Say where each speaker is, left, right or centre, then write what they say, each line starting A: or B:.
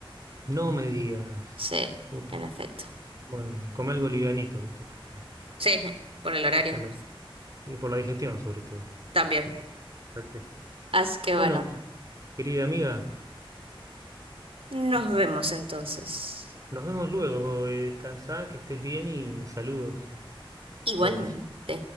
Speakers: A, on the right; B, on the right.
A: No me digas.
B: Sí,
A: Uh,
B: en efecto.
A: bueno, come algo livianito, ¿viste? Por la-
B: Sí, <laughs> por el horario
A: por la- y por la digestión, sobre todo.
B: también.
A: Perfecto.
B: Así que
A: Bueno,
B: bueno,
A: querida amiga,
B: nos
A: eh,
B: vemos entonces.
A: nos vemos luego. eh, Descansá, que estés bien y saludos a
B: Igualmente.
A: todos.